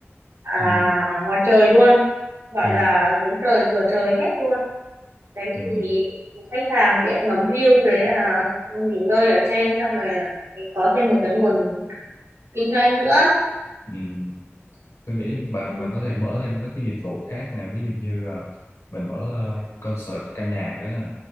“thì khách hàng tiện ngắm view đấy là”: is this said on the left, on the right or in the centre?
Right